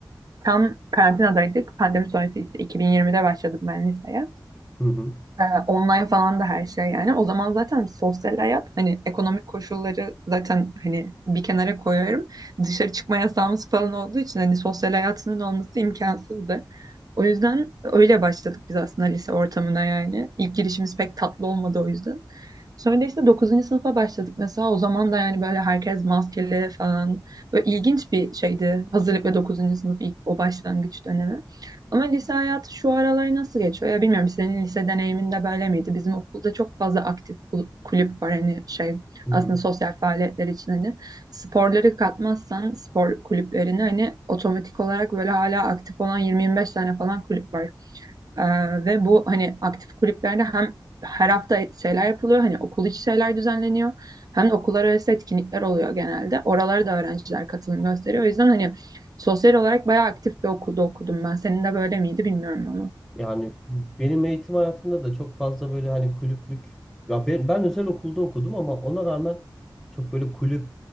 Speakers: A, on the right; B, in the centre.
A: Tam karantinadaydık. Pandemi sonrası işte 2020'de başladık ben liseye.
B: hı, hı,
A: Ee, online falan da her şey yani. O zaman zaten sosyal hayat hani ekonomik koşulları zaten hani bir kenara koyuyorum. Dışarı çıkma yasağımız falan olduğu için hani sosyal hayatının olması imkansızdı. O yüzden öyle başladık biz aslında lise ortamına yani. İlk girişimiz pek tatlı olmadı o yüzden. Sonra işte dokuzuncu sınıfa başladık mesela. O zaman da yani böyle herkes maskeli falan. Böyle ilginç bir şeydi. Hazırlık ve 9. sınıf ilk o başlangıç dönemi. Ama lise hayatı şu aralar nasıl geçiyor? Ya bilmiyorum senin lise deneyiminde böyle miydi? Bizim okulda çok fazla aktif kul- kulüp var. Hani şey
B: hı.
A: aslında
B: hı.
A: sosyal faaliyetler için hani sporları katmazsan spor kulüplerini hani otomatik olarak böyle hala aktif olan yirmi yirmi beş tane falan kulüp var. Ee, ve bu hani aktif kulüplerde hem her hafta şeyler yapılıyor hani okul içi şeyler düzenleniyor hem de okullar arası etkinlikler oluyor genelde. Oralara da öğrenciler katılım gösteriyor. O yüzden hani sosyal olarak bayağı aktif bir okulda okudum ben. Senin de böyle miydi bilmiyorum ama.
B: Yani benim eğitim hayatımda da çok fazla böyle hani kulüplük ya ben, ben özel okulda okudum ama ona rağmen çok böyle kulüp